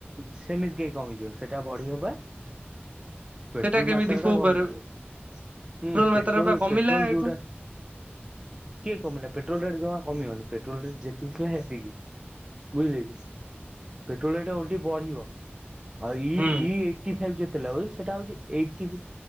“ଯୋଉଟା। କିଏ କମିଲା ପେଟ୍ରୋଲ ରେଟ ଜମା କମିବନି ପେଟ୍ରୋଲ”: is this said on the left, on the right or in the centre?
Right